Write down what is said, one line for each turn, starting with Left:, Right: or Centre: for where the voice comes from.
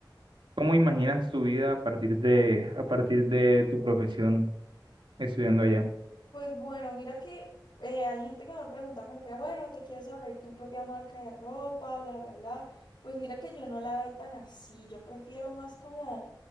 Right: cómo imaginas tu vida a partir de, a partir de tu profesión estudiando allá?
Left: Pues bueno, mira que eh, hay gente que me pregunta como que, bueno, ¿te quieres abrir tu propia marca de ropa, bla, bla, bla? Pues mira que yo no la veo tan así, yo prefiero más como,